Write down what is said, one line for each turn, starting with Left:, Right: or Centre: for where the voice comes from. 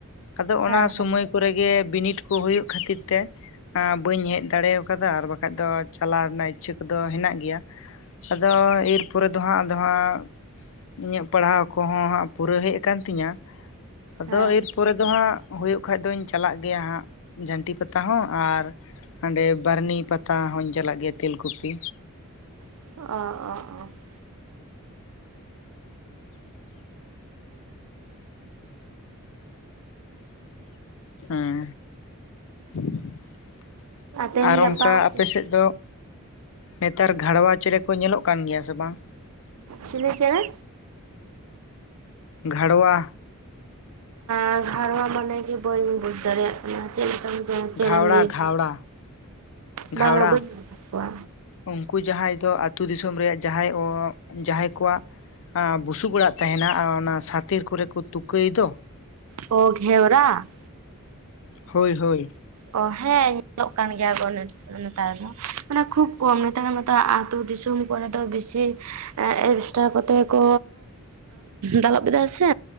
Left: ᱟᱫᱚ ᱚᱱᱟ
Right: ᱦᱮᱸ ᱦᱮᱸ
Left: ᱥᱚᱢᱚᱭ ᱠᱚᱨᱮ ᱜᱮ ᱵᱤᱱᱤᱰ ᱠᱚ ᱦᱳᱭᱳᱜ ᱠᱷᱟᱹᱛᱤᱨ ᱛᱮ ᱟ ᱵᱟᱹᱧ ᱦᱮᱡ ᱫᱟᱲᱮ ᱟᱠᱟᱫᱟ, ᱟᱨ ᱵᱟᱠᱷᱟᱡ ᱫᱚ ᱪᱟᱞᱟᱣ ᱨᱮᱱᱟᱜ ᱤᱪᱪᱷᱟᱹ ᱠᱚᱫᱚ ᱦᱮᱱᱟᱜ ᱜᱮᱭᱟ ᱟᱫᱚ ᱮᱨᱯᱚᱨᱮ ᱫᱚ ᱦᱟᱸᱜ, ᱟᱫᱚ ᱦᱟᱸᱜ ᱤᱧᱟᱹᱜ ᱯᱟᱲᱦᱟᱣ ᱠᱚᱦᱚᱸ ᱦᱟᱸᱜ ᱯᱩᱨᱟᱹ ᱦᱮᱡ ᱟᱠᱟᱱ ᱛᱤᱧᱟᱹ, ᱟᱫᱚ
Right: ᱦᱮᱸ
Left: ᱮᱨᱯᱚᱨᱮ ᱫᱚ ᱦᱟᱸᱜ ᱦᱳᱭᱳᱜ ᱠᱷᱟᱱ ᱫᱩᱧ ᱪᱟᱞᱟᱜ ᱜᱮᱭᱟ ᱦᱟᱸᱜ, ᱡᱷᱟᱹᱱᱴᱤ ᱯᱟᱛᱟ ᱦᱚᱸ ᱟᱨ ᱦᱟᱸᱰᱮ ᱵᱟᱹᱨᱱᱤ ᱯᱟᱛᱟ ᱦᱚᱸᱧ ᱪᱟᱞᱟᱜ ᱜᱮᱭᱟ ᱛᱮᱞᱠᱩᱯᱤ᱾
Right: ᱚ ᱚ ᱚᱻ
Left: ᱩᱸ <inaudible>
Right: ᱛᱮᱦᱮᱧ
Left: ᱟᱨ
Right: ᱜᱟᱯᱟ
Left: ᱚᱱᱠᱟ ᱟᱯᱮ ᱥᱮᱫ ᱫᱚ ᱱᱮᱛᱟᱨ ᱜᱷᱟᱲᱣᱟ ᱪᱮᱬᱮ ᱠᱚ ᱧᱮᱞᱚᱜ ᱠᱟᱱ ᱜᱮᱭᱟ ᱥᱮ ᱵᱟᱝ?
Right: ᱪᱤᱞᱤ ᱪᱮᱬᱮ?
Left: ᱜᱷᱟᱲᱣᱟ
Right: ᱚᱱᱟ ᱜᱷᱟᱨᱣᱟ ᱢᱚᱱᱮ ᱜᱤ ᱵᱟᱹᱧ ᱵᱩᱡᱽ ᱫᱟᱲᱮᱭᱟ ᱪᱮᱫ ᱞᱮᱠᱟ ᱪᱮᱬᱮᱢ
Left: ᱜᱷᱟᱣᱲᱟ
Right: ᱞᱟᱹᱭᱪ
Left: ᱜᱷᱟᱣᱲᱟ
Right: ᱵᱟᱝᱟ
Left: ᱜᱷᱟᱣᱲᱟ
Right: ᱵᱟᱹᱧ ᱧᱮᱞ ᱟᱠᱟᱫ ᱠᱚᱣᱟ᱾
Left: ᱩᱱᱠᱩ ᱡᱟᱦᱟᱸᱭ ᱫᱚ ᱟᱛᱳ ᱫᱤᱥᱚᱢ ᱨᱮᱭᱟᱜ ᱡᱟᱦᱟᱸᱭ ᱚ ᱡᱟᱦᱟᱸᱭ ᱠᱚᱣᱟᱜ ᱵᱩᱥᱩᱵ ᱚᱲᱟᱜ ᱛᱟᱦᱮᱱᱟ, ᱚᱱᱟ ᱥᱟᱛᱮ ᱠᱚᱨᱮ ᱠᱚ ᱛᱩᱠᱟᱹᱭ ᱫᱚ,
Right: ᱚ ᱜᱮᱣᱨᱟ?
Left: ᱦᱳᱭ ᱦᱳᱭ,
Right: ᱚ ᱦᱮᱸ ᱧᱮᱞᱚᱜ ᱠᱟᱱ ᱜᱮᱭᱟ ᱠᱚ ᱱᱮ ᱱᱮᱛᱟᱨ ᱫᱚ, ᱢᱟᱱᱮ ᱠᱷᱩᱵ ᱠᱚᱢ ᱱᱮᱛᱟᱨ ᱢᱚᱛᱚ ᱟᱛᱳ ᱫᱤᱥᱚᱢ ᱠᱚᱨᱮ ᱫᱚ ᱵᱮᱥᱤ ᱮ ᱮᱰᱵᱷᱮᱥᱴᱟᱨ ᱠᱚᱛᱮ ᱜᱮ ᱠᱚ ᱫᱟᱞᱚᱵ ᱮᱟ ᱥᱮ,